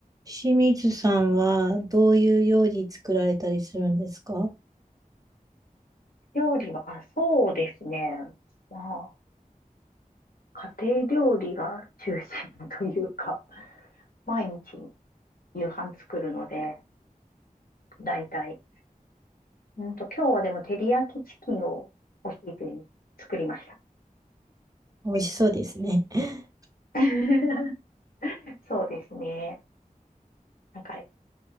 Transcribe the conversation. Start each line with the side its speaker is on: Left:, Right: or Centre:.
Right: 清水さんはどういう料理作られたりするんですか
Left: 料理は、あそうですね。まあ、家庭料理が中心というか、<laughs> 毎日夕飯作るので、だいたい。うんと、今日はでも照り焼きチキンをお昼に作りました。
Right: 美味しそうですね。<laughs>
Left: <laughs> そうですね。なんか、